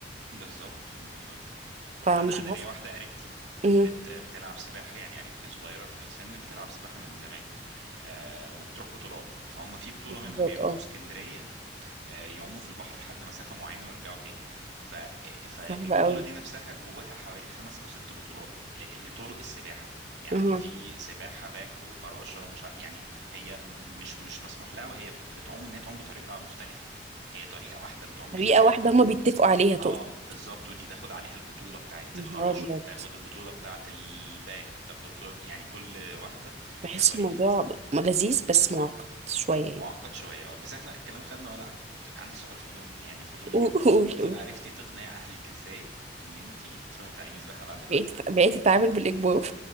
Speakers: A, on the right; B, on the right.
A: بالظبط بالظبط
B: فمش
A: انا انا
B: عارفة
A: ليا واحده قريبتي
B: امم
A: بت بتلعب سباحه يعني قريبتي صغيره في السن بتلعب سباحه من زمان آه وبتروح بطولات فهم في بطوله
B: بالظبط،
A: منها بيروحوا
B: اه
A: اسكندريه آه، يعوموا في البحر لحد مسافة معينة ويرجعوا تاني ف... فالبطولة
B: صعبة قوي
A: دي نفسها جواها حوالي خمس أو ست بطولات ل... لطرق السباحة يعني
B: اها
A: في سباحة باك وفراشة ومش ع- يعني هي م- مش مش مسموح لها وهي بت... بتعوم إن هي تعوم بطريقة مختلفة هي طريقة واحدة بتعوم
B: طريقة
A: بيها زي
B: واحدة
A: الكل
B: هما بيتفقوا عليها تقصد
A: اه بالظبط ودي تاخد عليها البطولة بتاعت
B: يا
A: الفراشة
B: نهار أبيض
A: بتاخد البطولة بتاعت الباك بتاخد البطولة يعني كل واحدة
B: بحس
A: ليها طريقة
B: الموضوع ب- لذيذ بس معقد شوية يعني
A: معقد شويه اه بس احنا الكلام خدنا وانا كنت عندي سؤال فضول يعني فضولي
B: قول
A: جدا
B: قول
A: انت
B: قول.
A: بقى عرفتي تقنعي اهلك ازاي ان انت تروحي تعلمي سباحه بعد الوقت
B: بقيت
A: ده
B: بقيت أتعامل بالإجبار